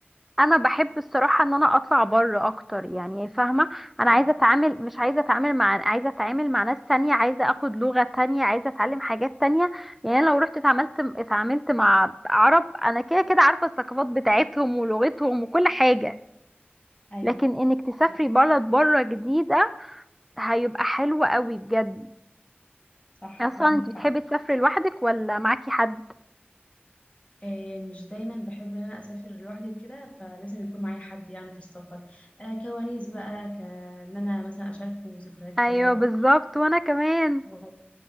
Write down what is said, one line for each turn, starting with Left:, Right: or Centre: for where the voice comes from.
Centre: انا بحب الصراحه ان انا اطلع بره اكتر يعني فاهمه انا
Left: ايوه
Centre: عايزه اتعامل مش عايزه اتعامل مع عايزه اتعامل مع ناس تانية عايزه اخد لغه تانية عايزه اتعلم حاجات تانية يعني انا لو رحت اتعاملت اتعاملت مع عرب انا كده كده عارفه الثقافات بتاعتهم ولغتهم وكل حاجه
Left: ايوه
Centre: لكن انك تسافري
Left: لا
Centre: بلد بره جديده هيبقى حلو قوي بجد
Left: صح
Centre: اصلا
Left: عندك
Centre: انت
Left: حق
Centre: بتحبي تسافري لوحدك ولا معاكي حد
Left: آه، مش دايما بحب ان انا اسافر لوحدي وكده فلازم يكون معايا حد يعني في السفر آه، كوانيس بقى كان انا مثلا اشاركه ذكريات حلوه
Centre: ايوه بالظبط وانا كمان
Left: آه،